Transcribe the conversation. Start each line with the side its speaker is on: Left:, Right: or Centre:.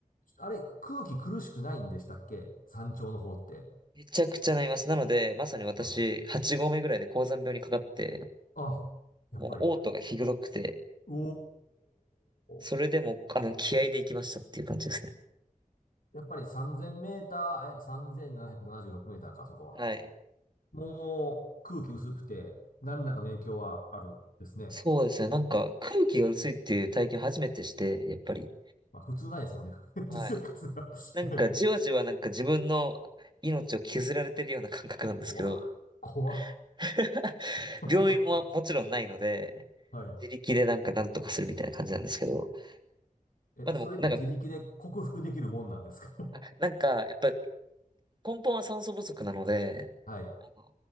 Left: あれ、空気苦しくないんでしたっけ山頂の方って。
Right: めちゃくちゃなります。なので、まさに私、
Left: あ、
Right: 8合目ぐらいで高山病にかかって、
Left: あ、やっぱり。
Right: もう嘔吐がひどくて、
Left: お
Right: それでも、
Left: ー。
Right: あの、気合で行きましたっていう感じですね。
Left: やっぱり3000メーター、え、3776メーターか、そこは。
Right: はい。
Left: もう空気薄くて、何らかの影響はあるですね。
Right: そうですね。なんか、空気が薄いっていう体験初めてして、やっぱり。
Left: まあ普通ないですもんね。<laughs>
Right: はい。
Left: 実生活が。はい。
Right: なんか、じわじわなんか自分の命を削られてるような感覚なんですけど、
Left: 怖っ。怖っ。
Right: <laughs>
Left: <laughs>
Right: 病院ももちろんないので、
Left: はい。
Right: 自力でなんかなんとかするみたいな感じなんですけど、
Left: え、
Right: まあでも、
Left: それって自力で克服できるもんなんですか
Right: なんか、
Left: <laughs>
Right: あなんか、やっぱ根本は酸素不足なので、
Left: はい。
Right: あの